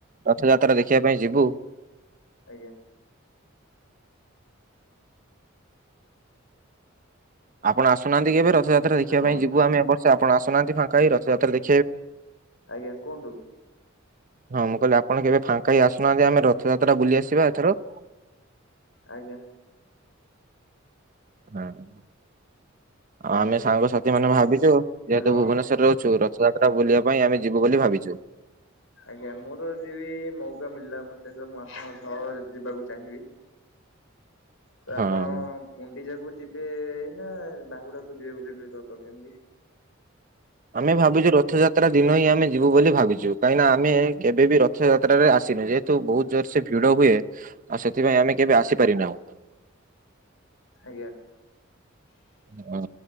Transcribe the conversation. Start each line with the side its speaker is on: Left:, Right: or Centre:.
Right: ରଥଯାତ୍ରା ଦେଖିବା ପାଇଁ ଯିବୁ।
Left: ଆଜ୍ଞା।
Right: ଆପଣ ଆସୁହାନ୍ତି କେବେ ରଥଯାତ୍ରା ଦେଖିବା
Left: ହ୍ୟାଲୋ
Right: ପାଇଁ ଯିବୁ ଆମେ ଏବର୍ଷ ଆପଣ ଆସୁନାହାନ୍ତି ଫାଙ୍କା ହେଇ ରଥଯାତ୍ରା ଦେଖ୍
Left: ଆଜ୍ଞା କୁହନ୍ତୁ।
Right: ହଁ ମୁଁ କହିଲି ଆପଣ କେବେ ଫାଙ୍କା ହେଇ ଆସୁନାହାନ୍ତି ଆମେ ରଥଯାତ୍ରା ବୁଲି ଆସିବା ଏଥର।
Left: ଆଜ୍ଞା।
Right: ହୁଁ ଆଉ ଆମେ ସାଙ୍ଗସାଥି ମାନେ ଭାବିଛୁ ଯେହେତୁ
Left: ହ୍ୟାଲୋ
Right: ଭୁବନେଶ୍ୱରରେ ରହୁଛୁ ରଥଯାତ୍ରା ବୁଲିବା ପାଇଁ ଆମେ ଯିବୁ ବୋଲି ଭାବିଛୁ।
Left: ଆଜ୍ଞା ମୋର ଯିବିି ମଉକା ମିଳିଲା ମତେ ତ ମୁଁ ଆପଣଙ୍କ ସହ ଯିବାକୁ ଚାହିଁବି। ତ
Right: ହଁ।
Left: ଆପଣ ଗୁଣ୍ଡିଚାକୁ ଯିବେ ନା ବାହୁଡାକୁ ଯିବେ ବୋଲି <unintelligible> କରିଛନ୍ତି?
Right: ଆମେ ଭାବିଛୁ ରଥଯାତ୍ରା ଦିନ ହିଁ ଆମେ ଯିବୁ ବୋଲି ଭାବିଛୁ କାହିଁକିନା ଆମେ କେବେ ବିି ରଥ୍ ରଥଯାତ୍ରାରେ ଆସିନୁ ଯେହେତୁ ବହୁତ ଜୋରସେ ଭିଡ ହୁଏ ଆଉ ସେଥିପାଇଁ ଆମେ କେବେ ଆସିପାରିନାହୁଁ।
Left: ଆଜ୍ଞା।
Right: ହଁ